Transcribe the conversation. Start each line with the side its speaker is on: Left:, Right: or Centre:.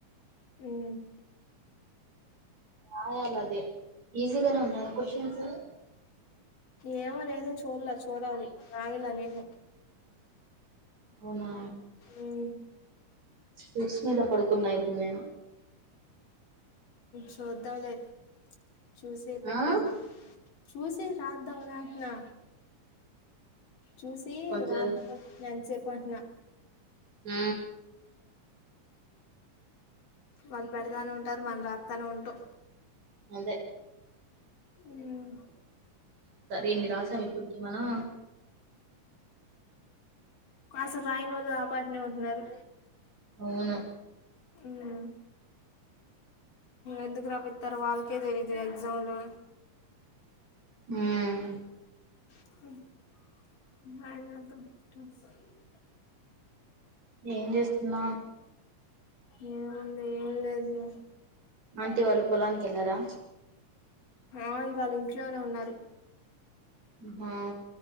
Left: మ్
Right: రాయాల అది ఈజీగానే ఉన్నాయా క్వశన్స్
Left: ఏమో నేను చూడలే చూడాలి రాయిలా నేను
Right: అవునా
Left: మ్
Right: స్వీట్స్ మీద పడుకున్నా ఇప్పుడు నేను
Left: చూద్దావులే చూసి పెట్టేద్దాం
Right: ఆ
Left: చూసి రాద్దాం అంటున్నా చూసి
Right: కొంచెం
Left: రాద్దామ్ ఎంతసేపు అంటున్నా
Right: మ్
Left: వాళ్ళు పెడతానే ఉంటారు మనం రాత్తానే ఉంటాం
Right: అదే
Left: మ్
Right: ఎన్ని రాసాము ఇప్పుడికి మనం
Left: అసలు రాయనోళ్ళు ఆపాటనే ఉంటున్నారు.
Right: అవును
Left: మ్ ఎందుకు రపిస్తారు వాళ్ళకే తెలీదు ఎగ్జామ్లు
Right: మ్
Left: <inaudible> అనా <unintelligible>
Right: ఏం చేస్తున్నావ్
Left: ఏముంది ఏం లేదులే
Right: అంటీ వాళ్ళు పొలానికి వెళ్లారా
Left: ఆ ఇవాళ ఇంట్లోనే ఉన్నారు
Right: ఆ